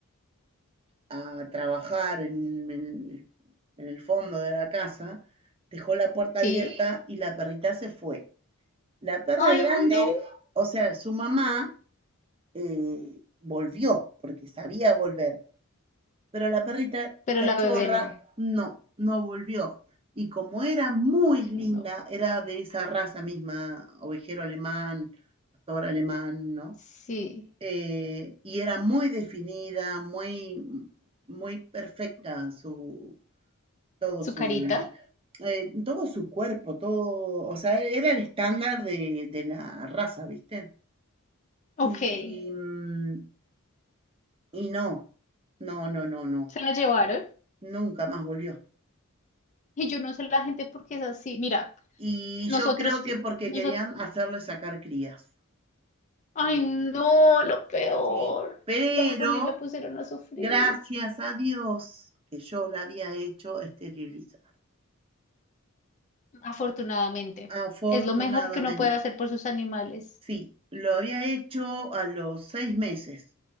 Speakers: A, on the right; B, on the left.
A: a trabajar en, el- en el fondo de la casa, dejó la puerta
B: sí.
A: abierta y la perrita se fue. La perra
B: Ay,
A: grande,
B: no.
A: o sea, su mamá eh, volvió, porque sabía volver, pero la perrita
B: Pero
A: cachorra
B: la bebé no.
A: no, no volvió. Y como era muy
B: Ay,
A: linda,
B: no.
A: era de esa raza misma, ovejero alemán, pastor alemán, ¿no?
B: Sí.
A: Eh, y era muy definida, muy, muy perfecta su, todo
B: Su
A: su,
B: carita.
A: eh, todo su cuerpo, todo, o sea, era el estándar de, de la raza, ¿viste?
B: Ok.
A: Y,
B: Se
A: mm, y no, no, no, no, no,
B: la llevaron.
A: nunca más volvió.
B: Y yo no sé la gente por qué es así. Mira,
A: Y
B: nosotros,
A: yo creo que porque
B: nosotros.
A: querían hacerle sacar crías,
B: Ay, no, lo peor.
A: ¿sí? Pero
B: Lo poner, lo pusieron a sufrir.
A: gracias a Dios que yo la había hecho esterilizar,
B: Afortunadamente.
A: afortunadamente.
B: Es lo mejor que uno puede hacer por sus animales.
A: Sí, lo había hecho a los seis meses,